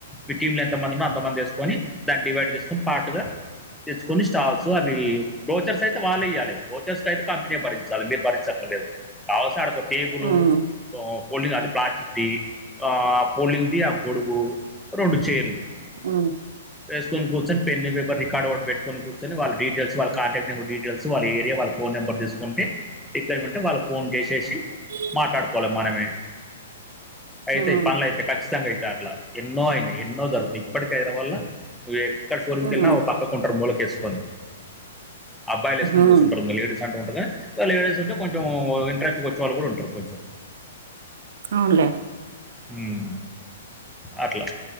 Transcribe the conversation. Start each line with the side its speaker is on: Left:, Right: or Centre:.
Centre: మీ టీమ్ లో ఎంత మంది ఉన్నా అంత మంది ఏస్కొని దాన్ని డివైడ్ జేస్కొని పాట్టుగా దెచ్చుకొని స్టాల్సు అవి బ్రోచర్స్ అయితే వాళ్ళే ఇయాలే ఓచర్స్ కైతే కంపెనే భరించాలి మీరు భరించక్కర్లేదు కావాల్సిన ఆడొక టేబులు
Right: ఉమ్,
Centre: తో పోలింగ్ అది ప్లాస్టిక్ది ఆ పోలింగ్ది ఆ గొడుగు రొండు చేర్లు
Right: ఉమ్
Centre: ఏస్కొన్ గూర్చొన్ పెన్ను పేపర్ రికార్డ్ ఓట్ బెట్టుకొని గూర్చొని వాళ్ళ డీటేల్సు వాళ్ళ కాంటాక్ నెంబర్ డీటేల్సు వాళ్ళ ఏరియా వాళ్ళ ఫోన్ నెంబర్ దీస్కుంటే రిక్వైర్మెంట్ వాళ్ళ ఫోన్కేశేషి
Right: ఇ
Centre: మాట్టాడుకోలే మనమే అయితయ్
Right: ఉమ్,
Centre: పన్లైతాయ్ ఖచ్చితంగా అయితే అట్లా ఎన్నో అయినాయి ఎన్నో జరుగుతయ్ ఇప్పటికై హైదరాబాదుల నువ్వెక్కడ ఫోర్మికెళ్ళినా
Right: ఉమ్,
Centre: ఓ పక్కకుంటారు మూలకేస్కొని అబ్బాయిలేస్కుని
Right: ఉమ్.
Centre: గూసుంటరు ఇంగా లేడస్ అంటుంటర్గాన్ లేడీస్ ఉంటే కొంచము ఇంట్రెస్ట్గోచ్చే వాళ్ళు గూడా ఉంటరు కొంచం
Right: అవునులే
Centre: హుమ్ అట్లా